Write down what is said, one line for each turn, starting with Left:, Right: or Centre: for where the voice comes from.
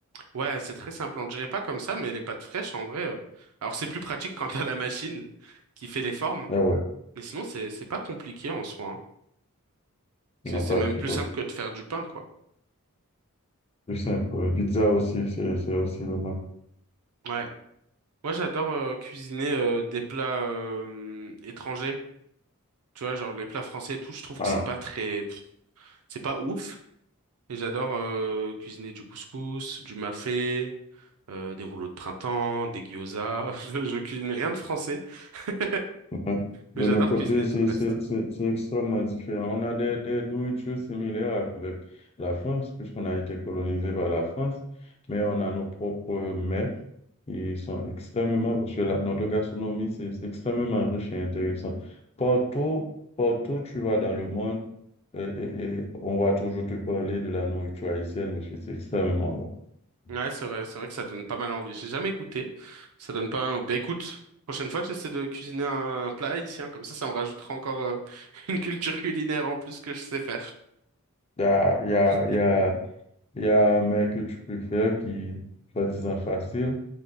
Right: Ouais, c'est très simple. On ne dirait pas comme ça, mais les pâtes fraîches, en vrai. euh, Alors, c'est plus pratique quand t'as la machine qui fait les formes.
Left: Ah ouais,
Right: Mais sinon, c'est c'est pas compliqué en soi. hein. C'est
Left: non,
Right: c'est
Left: pas
Right: même
Left: du
Right: plus
Left: tout.
Right: simple que de faire du pain, quoi.
Left: Plus simple. Pizza aussi, c'est c'est aussi le même.
Right: Ouais. Moi, j'adore euh, cuisiner euh, des plats euh, étrangers. Tu vois, genre les plats français et tout, je trouve
Left: Ah,
Right: que c'est pas très... pff, C'est pas ouf. Et j'adore euh, cuisiner du couscous, du mafé, euh, des rouleaux de printemps, des gyozas. <laughs> Je, je cuisine rien de français, <laughs>
Left: Bon,
Right: mais
Left: De
Right: j'adore
Left: nos côtés,
Right: cuisiner
Left: c'est
Right: tout le reste.
Left: c'est- c'est- c'est extrêmement différent. On a des, des nourritures similaires avec la France, puisqu'on a été colonisé par la France, mais on a nos propres mets qui sont extrêmement, parce que la- notre gastronomie, c'est c'est extrêmement riche et intéressant. Partout, partout, tu vas dans le monde, et, et- et on va toujours te parler de la nourriture haïtienne, parce que c'est extrêmement bon. Il
Right: Ouais, c'est vrai, c'est vrai que ça donne pas mal envie. J'ai jamais goûté. Ça donne pas mal envie. Bah écoute, prochaine fois, j'essaie de cuisiner un plat haïtien. Comme ça, ça me rajoutera encore euh, <laughs> une culture culinaire en plus que je sais faire.
Left: y a, il y a,
Right: <laughs>
Left: il y a, il y a un mec que tu préfères qui, soi-disant facile,